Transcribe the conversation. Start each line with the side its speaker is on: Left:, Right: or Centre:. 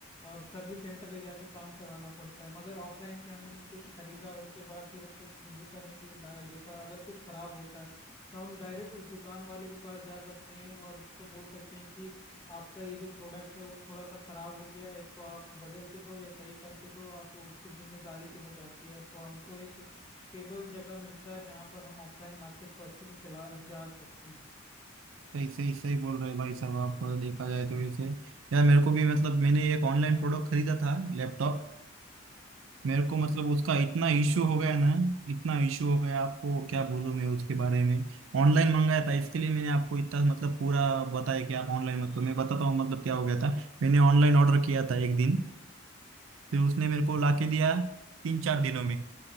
Left: और सर्विस सेंटर ले जाके काम करवाना पड़ता है मगर ऑफलाइन से हमने कुछ खरीदा और उसके बाद फिर उसको रिव्यू करने के लिए डा- देखा अगर कुछ खराब होता है तो हम डायरेक्ट उस दुकान वाले के पास जा सकते हैं और उसको बोल सकते हैं कि आपका ये जो प्रोडक्ट है वो थोड़ा सा खराब हो गया है इसको आप बदल के दो या सही करके दो आप उसकी जिम्मेदारी पे हो जाती है तो हमको एक स्टेबल जगह मिलता है जहाँ पर हम ऑफलाइन मार्केट को अच्छे से चला जा सकते हैं
Right: सही सही सही बोल रहे हैं भाई साहब आप देखा जाए तो वैसे यार मेरे को भी मतलब मैंने एक ऑनलाइन प्रोडक्ट खरीदा था लैपटॉप मेरे को मतलब उसका इतना इशू
Left: जी
Right: हो गया ना इतना इशू हो गया आपको क्या बोलूं मैं उसके बारे में ऑनलाइन मंगाया था इसके लिए मैंने आपको इतना मतलब पूरा बताया कि आप ऑनलाइन मत करो मैं बताता हूँ मतलब क्या हो गया था मैंने ऑनलाइन ऑर्डर किया था एक दिन फिर उसने मेरे को लाके दिया तीन चार दिनों में